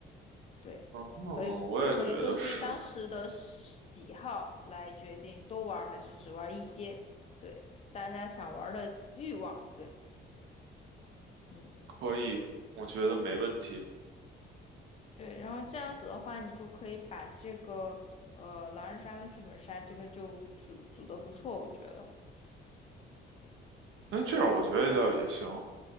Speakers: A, on the left; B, on the right.
A: 对，
B: 哦，
A: 可以可以根据当时的喜好来决定多玩还是只玩一些。
B: 我也觉得是
A: 对，大家想玩的欲望，对，嗯，
B: 可以，我觉得没问题。
A: 对，然后这样子的话，你就可以把这个。呃，狼人杀跟剧本杀这个就组组的不错，我觉得。
B: 那这样我觉得倒也行，
A: 对，